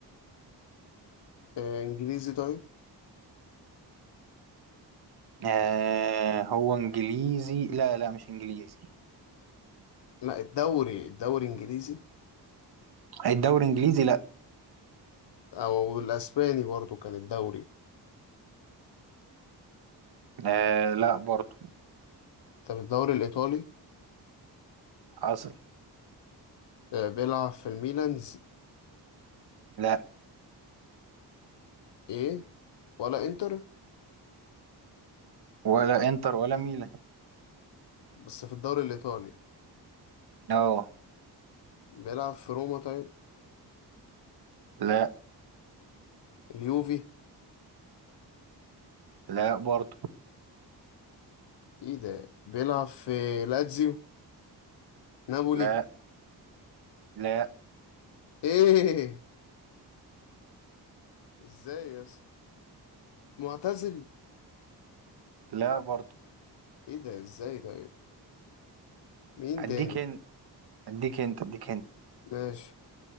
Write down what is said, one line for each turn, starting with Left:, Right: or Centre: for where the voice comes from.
Left: آه، انجليزي طيب؟
Right: آه هو انجليزي لا لا مش انجليزي
Left: لا الدوري الدوري انجليزي
Right: الدوري انجليزي لا
Left: او الاسباني برضو كان الدوري
Right: آه لا برضه
Left: طب الدوري الايطالي
Right: حصل
Left: آه، بيلعب في الميلانز
Right: لا
Left: ايه ولا انتر
Right: ولا انتر ولا ميلان
Left: بس في الدوري الايطالي
Right: اه
Left: بيلعب في روما طيب
Right: لا
Left: اليوفي
Right: لا برضه
Left: ايه ده بيلعب في لاتزيو نابولي
Right: لا لا
Left: ايه ازاي يا اسطى؟ معتزل
Right: لا برضه
Left: ايه ده ازاي طيب مين
Right: اديك
Left: تاني
Right: انت اديك انت اديك انت
Left: ماشي